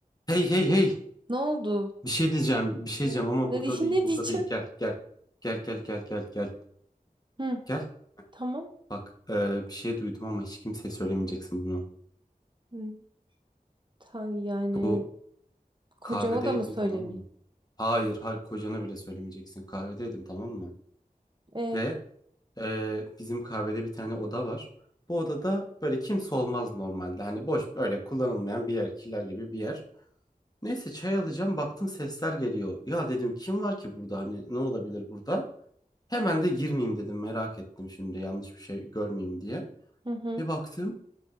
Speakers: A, on the left; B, on the right.
A: Hey hey hey.
B: Ne oldu?
A: Bir şey diyeceğim. Bir şey
B: Ne?
A: diyeceğim ama
B: Ne,
A: burada
B: diye-
A: değil.
B: <laughs> ne
A: Burada
B: diyeceksin?
A: değil. Gel gel. Gel gel gel gel gel.
B: Hı,
A: Gel.
B: tamam.
A: Bak e, bir şey duydum ama hiç kimseye söylemeyeceksin bunu.
B: Hı, ta- yani
A: Bu
B: kocama
A: kahvedeydim
B: da mı söylemeyeyim?
A: tamam mı? Hayır hayır kocana bile söylemeyeceksin. Kahvedeydim tamam mı?
B: E,
A: Ve e, bizim kahvede bir tane oda var. Bu odada böyle kimse olmaz normalde. Hani boş böyle kullanılmayan bir yer. Killer gibi bir yer. Neyse çay alacağım baktım sesler geliyor. Ya dedim kim var ki burada hani ne olabilir burada? Hemen de girmeyeyim dedim merak ettim şimdi yanlış bir şey görmeyeyim diye.
B: hı hı.
A: Bir baktım